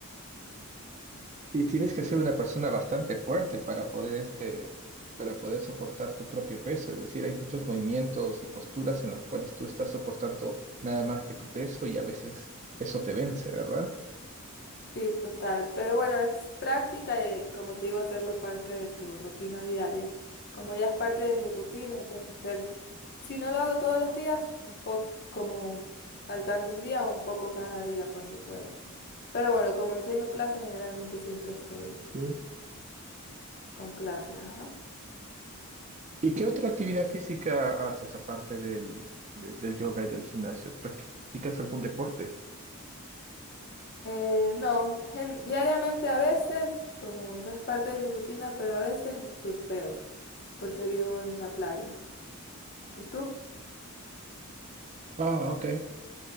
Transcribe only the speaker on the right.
Y tienes que ser una persona bastante fuerte para poder este, para poder soportar tu propio peso. Es decir, hay muchos movimientos y posturas en las cuales tú estás soportando nada más que tu peso y a veces eso te vence, ¿verdad?
Mm.
¿Y qué otra actividad física haces aparte del, del, del yoga y del gimnasio? ¿Practicas algún deporte?
Ah, ok.